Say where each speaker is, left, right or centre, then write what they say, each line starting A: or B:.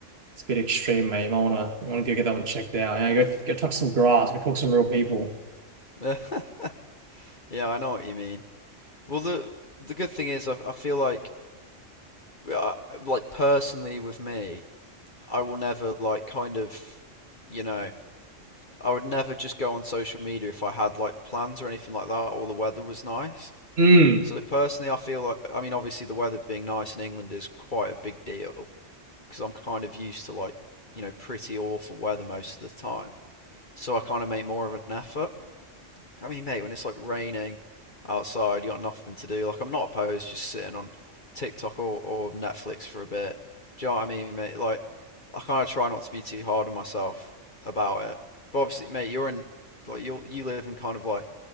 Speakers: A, on the right; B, on the left.
A: it's a bit extreme, mate. I wanna, I wanna go get that one checked out. Yeah, go, go touch some grass, go talk to some real people.
B: <laughs> Yeah, I know what you mean. Well, the the good thing is, I, I feel like I- like personally with me, I will never like kind of, you know, I would never just go on social media if I had like plans or anything like that or the weather was nice.
A: Mm.
B: So personally, I feel like I mean obviously the weather being nice in England is quite a big deal because I'm kind of used to like, you know, pretty awful weather most of the time. So I kind of make more of an effort. I mean, mate, when it's like raining outside, you got nothing to do. Like, I'm not opposed to just sitting on TikTok or, or Netflix for a bit. Do you know what I mean, mate? Like, I kind of try not to be too hard on myself about it. But obviously, mate, you're in like you you live in kind of like